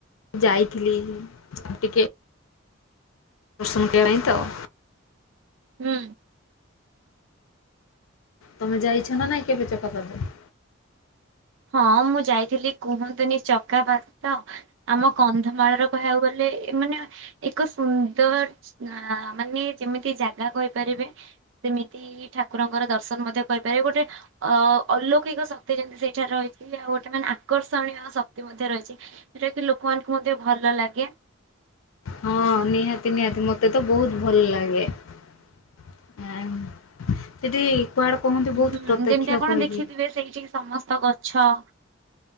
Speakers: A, on the left (about 85°); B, on the right (about 65°).
A: ଯାଇଥିଲି ଟିକେ ଦର୍ଶନ କରିବା ପାଇଁ ତ।
B: ହୁଁ।
A: ତମେ ଯାଇଛ ନା ନାଇଁ କେବେ ଚକା ପାଖକୁ।
B: ହଁ ମୁଁ ଯାଇଥିଲି କୁହନ୍ତୁନି, ଚକାପାତ ଆମ କନ୍ଧମାଳର କହିବାକୁ ଗଲେ ଏମାନେ ଏକ ସୁ ତ ଅ ମାନେ ଯେମିତି ଜାଗା କହିପାରିବେ। ସେମିତି ଠାକୁରଙ୍କର ଦର୍ଶନ ମଧ୍ୟ କହିପାରିବେ। ଗୋଟେ ଅ ଅଲୌକିକ ଶକ୍ତି ଯେମିତି ସେଇ <unintelligible> ରହିଛି। ଆଉ ଗୋଟେ ମାନେ ଆକର୍ଷଣୀୟ ଶକ୍ତି ମଧ୍ୟ ରହିଛି। ଯୋଉଟା କି ଲୋକମାନଙ୍କୁ ମଧ୍ୟ ଭଲ ଲାଗେ।
A: ହଁ ନିହାତି ନିହାତି ମତେ ତ ବହୁତ ଭଲ ଲାଗେ। ଆ ସେଠି କୁଆଡେ କହନ୍ତି ବହୁତ
B: ହୁଁ
A: ପ୍ରତ୍ୟକ୍ଷ
B: ଯେମିତି ଆପଣ
A: କହିକି
B: ଦେଖିଥିବେ ସେଇଠିକି ସମସ୍ତ ଗ ଛଅ।